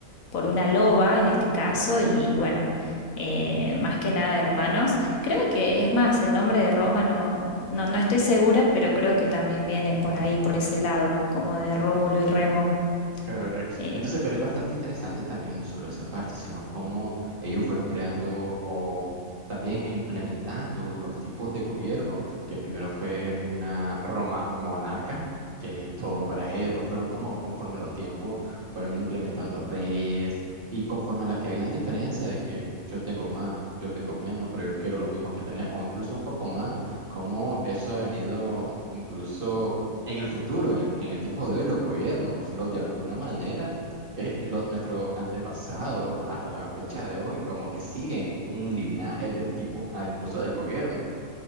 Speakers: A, on the left (about 75°); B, on the right (about 40°).
A: por una loba en este caso, y bueno, eh, más que nada hermanos. Creo que es más, el nombre de Roma no, no, no estoy segura, pero creo que también viene por ahí, por ese lado, como de Rómulo y Remo.
B: <laughs> Correcto.
A: eh,
B: Entonces, pero es bastante interesante también no solo esa parte, sino cómo ellos fueron creando o también implementando los tipos de gobierno, que primero fue una Roma monarca, que todo para ella, después fueron como conforme los tiempos, fueron implementando reyes y conforme las que habían diferencia de que yo tengo más, yo tengo menos, pero yo quiero lo mismo que tener, o incluso un poco más, cómo eso ha venido incluso en el futuro, en el, en el tiempo de hoy, los gobiernos, los de alguna manera, eh, lo- nuestro antepasado hasta la fecha de hoy, como que siguen un linaje de tipo, ah, incluso del gobierno.